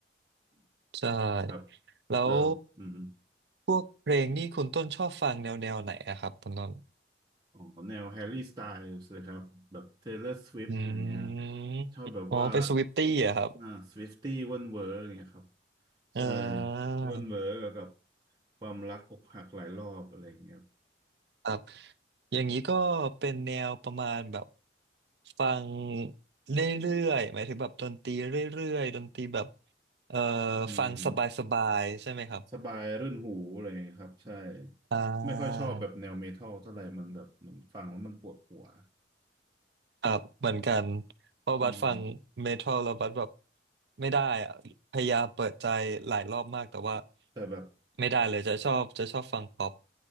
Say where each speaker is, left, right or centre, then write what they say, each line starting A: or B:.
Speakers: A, on the right (about 70°); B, on the right (about 25°).
A: ใช่
B: ครับ
A: แล้ว
B: แล้วอืม
A: พวกเพลงนี่คุณต้นชอบฟังแนวแนวไหนอะครับคุณต้น
B: อ๋อแนวแฮร์รี่สไตล์เลยครับแบบ Taylor Swift อร์สวิฟต์อย่างเงี้ย
A: อืม
B: ชอบแบบว่า
A: อ๋อเป็นสวิฟตี้อะครับ
B: น่าสวิฟตี้เว่นเวอร์อย่างเงี้ยครับ
A: เออ
B: ใช่เว่นเวอร์กับความรักอกหักหลายรอบอะไรอย่างเงี้ยครับ
A: ครับอย่างนี้ก็เป็นแนวประมาณแบบฟังเรื่อยๆหมายถึงแบบดนตรีเรื่อยๆดนตรีแบบเอ่อ
B: อืม
A: ฟังสบายๆใช่ไหมครับ
B: สบายรื่นหูอะไรอย่างเงี้ยครับใช่
A: อ่า
B: ไม่ค่อยชอบแบบแนวเมทัลเท่าไหร่มันแบบมันฟังแล้วมันปวดหัว
A: ครับเหมือนกันเพราะบัสฟังเมทัลแล้วบัสแบบ
B: อืม
A: ไม่ได้อะพยายามเปิดใจหลายรอบมากแต่ว่า
B: แต่แบบ
A: ไม่ได้เลยจะชอบจะชอบฟังป๊อป